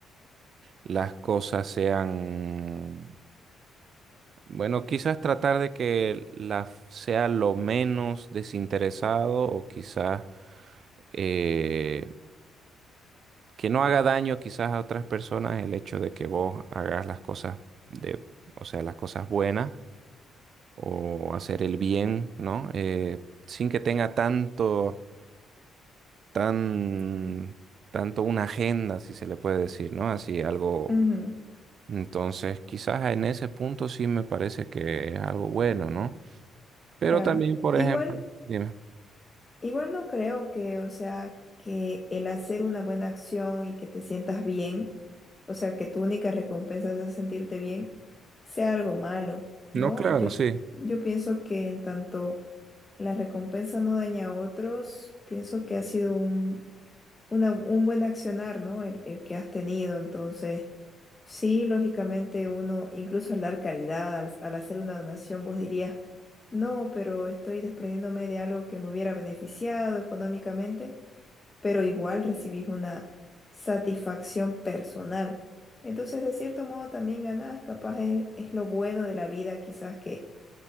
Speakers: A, on the right; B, on the left.
A: las cosas sean Bueno, quizás tratar de que la f- sea lo menos desinteresado o quizás eh, que no haga daño quizás a otras personas el hecho de que vos hagas las cosas de, o sea, las cosas buenas o hacer el bien, ¿no? Eh, sin que tenga tanto, tan, tanto una agenda, si se le puede decir, ¿no? Así algo.
B: ujú,
A: Entonces, quizás en ese punto sí me parece que es algo bueno, ¿no? Pero
B: claro.
A: también, por
B: Igual.
A: ejemplo, dime.
B: Igual no creo que, o sea, que el hacer una buena acción y que te sientas bien, o sea, que tu única recompensa es sentirte bien, sea algo malo, ¿no?
A: No, claro,
B: Yo,
A: sí.
B: yo pienso que en tanto la recompensa no daña a otros, pienso que ha sido un, una- un buen accionar, ¿no? El, el que has tenido. Entonces, sí, lógicamente uno, incluso al dar caridad, al, al hacer una donación, vos dirías, no, pero estoy desprendiéndome de algo que me hubiera beneficiado económicamente, pero igual recibís una satisfacción personal. Entonces, de cierto modo, también ganás, capaz es, es lo bueno de la vida, quizás que,